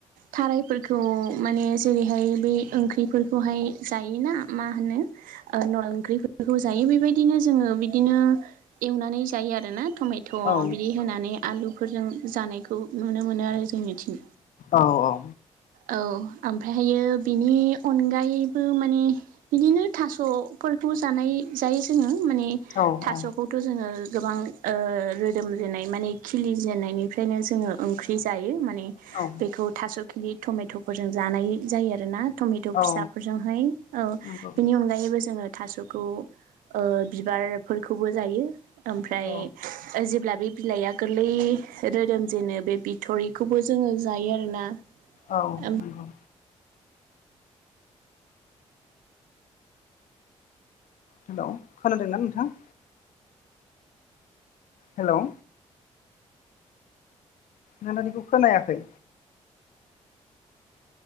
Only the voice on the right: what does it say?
थारायफोरखौ माने जेरैहाय बै ओंख्रि ओंख्रिफोरखौहाय जाय ना मा होनो न ओंख्रिफोरखौ जायो बेबायदिनो जोङो बिदिनो बिदिनो एवनानै जायो आरोना टमेट'
बिदि होनानै आलुफोरजों जानायखौ नुनो मोनो आरो जोंनिथिं
औ ओमफ्रायहायो बिनि अनगायैबो माने बिदिनो थास'फोरखौ जानाय जायो जोङो माने
थास'खौथ' जोङो गोबां ओ रोदोम जेननाय माने खिलि जेननायनिफ्रायनो जोङो ओंख्रि जायो माने
बेखौ थास' खिलि टमेट'फोरजों जानाय जायो आरोना टमेट'
फिसाफोरजोंहाय औ
बिनि अनगायैबो जोङो थास'खौ ओ बिबारफोरखौबो जायो ओमफ्राय
जेब्ला बे बिलाइआ गोरलै रोदोम जेनो बे बिथरिखौबो जोङो जायो आरोना
ओम